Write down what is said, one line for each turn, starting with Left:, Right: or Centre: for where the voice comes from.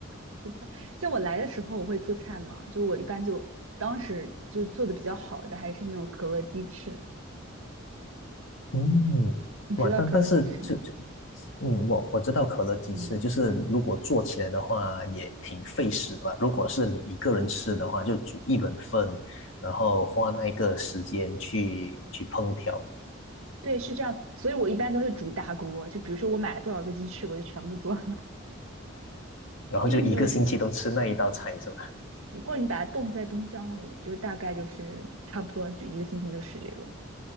Right: 是的，像我来的时候我会做菜嘛，就我一般就当时就做的比较好的还是那种可乐鸡翅，
Left: 嗯，
Right: 你知道可乐鸡翅吗？
Left: 哇，但但是就就，嗯，我我知道可乐鸡翅，
Right: 嗯。
Left: 就是如果做起来的话也挺费时的吧。如果是你一个人吃的话，就煮一轮份，然后花那个时间去去烹调，
Right: 对，是这样，所以我一般都是煮一大锅，就比如说我买了多少个鸡翅，我就全部做了，<laughs>
Left: 然后就一个星期都吃那一道菜，
Right: 因为你有时，
Left: 是吧？
Right: 或者你把它冻在冰箱里，就是大概就是差不多就一个星期就是这个，